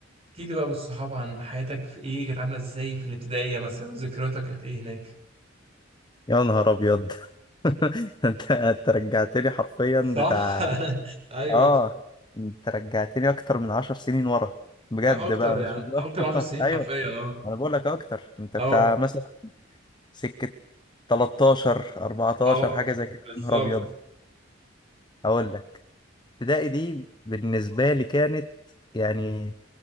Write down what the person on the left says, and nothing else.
يا نهار ابيض <laughs> انت انت رجعتني حرفيا
بتاع
اه
انت رجعتني اكتر من عشر سنين ورا بجد
بقى
مش <laughs> بهزر.
ايوه
انا بقول لك اكتر انت
بتاع مثلا سكه 13 14
حاجه زي كده
يا نهار ابيض هقول لك ابتدائي دي بالنسبه لي كانت يعني